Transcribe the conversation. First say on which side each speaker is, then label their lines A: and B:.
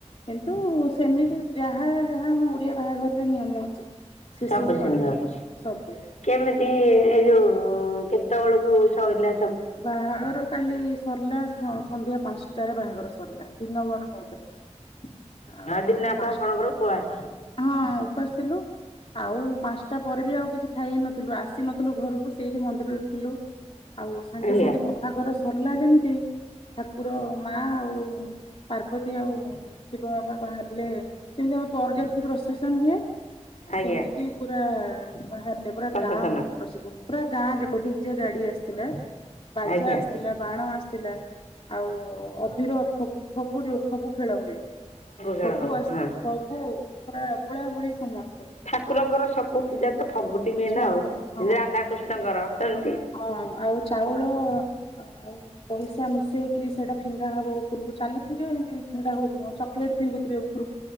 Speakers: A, on the left; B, on the left.
A: କିନ୍ତୁ ସେମିତି ଯାହା ଯାହା ଆମ ଓଡିଆ ବାହାଘରରେ ନିୟମ ଅଛି। ସେ
B: ସବୁ ସିନ୍ତି
A: ପାଳନ
B: ଅଛି
A: କରୁ ସବୁ।
B: କେମିତି ଏ ଯୋଉ କେତେବେଳକୁ ସରଲା?
A: ବାହାଘର କାଲି ସରିଲା ସ ସନ୍ଧ୍ୟା ପାଞ୍ଚଟାରେ ବାହାଘର ସରିଲା ଦିନ ଭର ହଉଥିଲା। ଆଉ
B: ଦିନଯାକ
A: ପଂଶ
B: ଆପଣଙ୍କର ଉପବାସ
A: ହଁ ଉପାସ୍ ଥିଲୁ। ଆଉ ପାଞ୍ଚଟା ପରେ ବି ଆଉ କିଛି ଖାଇ ହେଇନଥିଲୁ ଆସିନଥିଲୁ ଘରକୁ ସେଇଠି ମନ୍ଦିରରେ ଥିଲୁ। ଆଉ ସାଙ୍ଗେ
B: ଆଜ୍ଞା
A: ସାଙ୍ଗେ ବାହାଘର ସରିଲା ଯେମିତି ଠାକୁର ମା ଆଉ ପାର୍ବତୀ ଆଉ ଶିବ ବାବା ବାହାରିଲେ ଯେମିତି ଆମ ବରଯାତ୍ରୀ ପ୍ରଶସନ୍ ହୁଏ
B: ଆଜ୍ଞା
A: ସେମିତି ପୁରା ବାହାରିଲେ ପୁରା
B: ପ୍ରଶାସନ
A: ଗାଁ ପ୍ରସେସନ୍ ପୁରା ଗାଁ ଯାକ ଡିଜେ ଗାଡି ଆସିଥିଲେ। ବାଜା
B: ଆଜ୍ଞା
A: ଆସିଥିଲା ବାଣ ଆସିଥିଲା। ଆଉ ଅଭିିର ଫ ଫଗୁ ଯୋଉ ଫଗୁ ଖେଳ ହୁଏ।
B: ଖେଳ
A: ଫଗୁ
B: ହବ
A: ଆସ
B: ହଁ
A: ଫଗୁ ପୁରା ବୋଳା ବୋଳି ସମସ୍ତେ।
B: ଠାକୁରଙ୍କର ସବୁ ପୂଜା ତ ଫଗୁଟି ମେନ୍
A: ସବୁ
B: ଆଉ
A: ହଁ।
B: ରାଧାକୃଷ୍ଣଙ୍କର ସେମିତି।
A: ହଁ ଆଉ ଚାଉଳ ଆଉ ପଇସା ମିଶେଇକିରି ସେଇଟା ଫିଙ୍ଗା ହବ ଉପରକୁ ଚାଲିଥିବେ ହେନ୍ତି ଫିଙ୍ଗା ହଉଥିବ ଚକୋଲେଟ ଫିଙ୍ଗୁଥିବେ ଉ ଉପୁରୁ